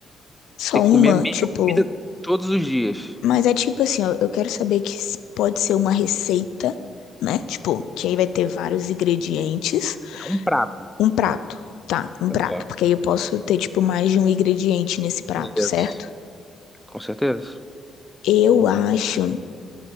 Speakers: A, on the left; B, in the centre.
A: só
B: Tem que
A: uma,
B: comer a mesma
A: tipo.
B: comida todos os dias.
A: Mas é tipo assim, ó, eu quero saber que s- pode ser uma receita, né? Tipo, que aí vai ter vários ingredientes.
B: É um prato.
A: Um prato, tá? Um
B: É,
A: prato, porque aí eu posso ter, tipo, mais de um ingrediente nesse prato,
B: isso.
A: certo?
B: Com certeza.
A: Eu acho,